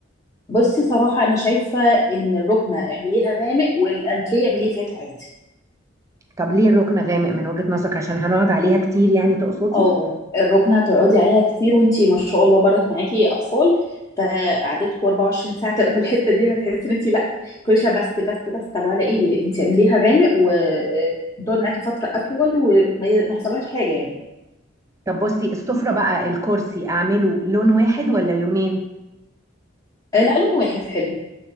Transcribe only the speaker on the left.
بصي صراحه انا شايفه ان الركنه اعمليها غامق والانتريه اعمليه فاتح عادي
اه الركنه هتقعدي عليها كتير وانتي ما شاء الله برضك معاكي اطفال فقعدتكم 24 ساعه تبقى في الحته دي هتحسي ان انتي لا كل شويه بس بس بس طب على ايه انتي اعمليها غامق وتقعد معاكي فتره اطول وما ما يحصلهاش حاجه يعني
آه، لا لون واحد حلو